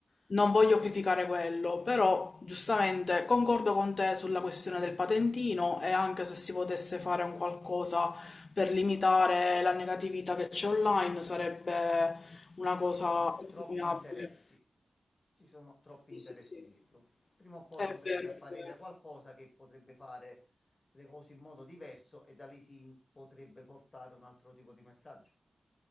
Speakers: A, on the left; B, on the left.
A: Non voglio criticare quello, però giustamente concordo con te sulla questione del patentino e anche se si potesse fare un qualcosa per limitare la negatività che c'è online sarebbe una
B: ci
A: cosa
B: sono
A: abominabile.
B: troppi interessi. ci sono troppi
A: Sì,
B: interessi
A: sì, sì.
B: dietro. Prima o poi
A: È
B: potrebbe
A: vero,
B: apparire
A: è vero.
B: qualcosa che potrebbe fare le cose in modo diverso e da lì si in- potrebbe portare un altro tipo di messaggio.